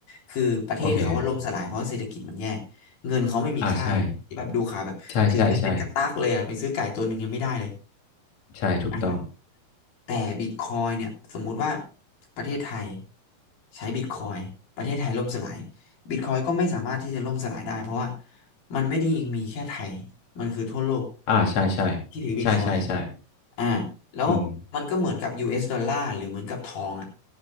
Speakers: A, on the left; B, on the left.
A: คือประเทศเขาว่าล่มสลายเพราะเศรษฐกิจมันแย่
B: โอเค
A: เงินเขาไม่มีค่าเลยที่แบบดูข่าวแบบถือเงินเป็นกระตักเลยอะไปซื้อไก่ตัวหนึ่งยังไม่ได้เลย
B: อ่าใช่ใช่ใช่ใช่ใช่ถูกต้อง
A: อ่ะแต่บิตคอยเนี่ยสมมุติว่าประเทศไทยใช้บิตคอยประเทศไทยล่มสลายบิตคอยก็ไม่สามารถที่จะล่มสลายได้เพราะว่ามันไม่ได้มีแค่ไทยมันคือทั่วโลก
B: อ่าใช่ใช่
A: ที่ถือบิตคอย
B: ใช่ใช่ใช่
A: อ่าแล้วมันก็เหมือนกับ
B: อืม
A: US ดอลลาร์หรือเหมือนกับทองอ่ะ